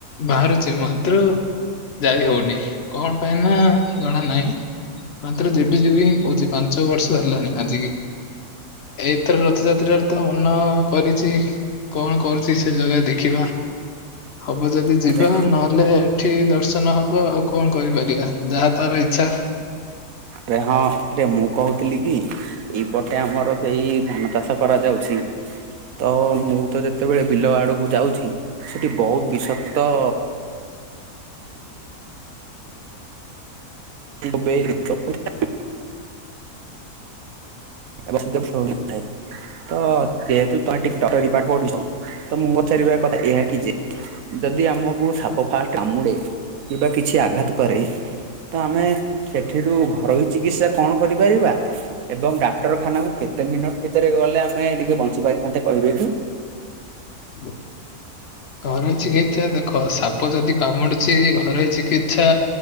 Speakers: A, on the left; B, on the right.
A: ବାହାରୁଛି ମାତ୍ର ଯାଇହଉନି କଣ ପାଇଁ ନା ଜଣା ନାହିଁ। ମାତ୍ର ଯିବି ଯିବି ହିଁ କହୁଛି ପାଞ୍ଚ ବର୍ଷ ହେଲାଣି ଆଜିକି। ଏଇଥର ରଥଯାତ୍ରାରେ ତ ମନ କରିଛି। କଣ କରୁଛି ସେ ଜଗା ଦେଖିବା ହବ ଯଦି ଯିବା
B: ଆରେ
A: ନହେଲେ ଏଠି ଦର୍ଶନ ତ ନ ହବ ଆଉ କଣ କରିପାରିବା ଯାହା ତାର ଇଚ୍ଛା।
B: ରେ ହଁ ଆରେ ମୁଁ କହୁଥିଲି କି ଏଇପଟେ ଆମର ସେଇ ଧାନ ଚାଷ କରାଯାଉଛି। ତ ମୁଁ ତ ଯେତେବେଳେ ବିଲ ଆଡକୁ ଯାଉଛି ସେଠି ବହୁତ ବିଷକ୍ତ <inaudible> <inaudible> ତ ଯେହେତୁ ତମେ ଟିକେ ଡକ୍ଟରୀ ପାଠ ପଢୁଛ ତ ମୁଁ ପଚାରିବା କଥା ଏହା କି ଯେ ଯଦି ଆମକୁ ସାପ ଫାଷ୍ଟ କାମୁଡ଼େ କିମ୍ବା କିଛି ଆଘାତ କରେ। ତ ଆମେ ସେଥିରୁ ଘରୋଇ ଚିକିତ୍ସା କଣ କରିପାରିବା? ଏବଂ ଦା ଡାକ୍ଟରଖାନାକୁ କେତେ ମିନିଟ୍ ଭିତରେ ଗଲେ ଆମେ ଟିକେ ବଞ୍ଚି ପାରିଥାନ୍ତେ କହିବେ କି?
A: <inaudible> ଘରୋଇ ଚିକିତ୍ସା ଦେଖ ସାପ ଯଦି କାମୁଡୁଛି ଘରୋଇ ଚିକିତ୍ସା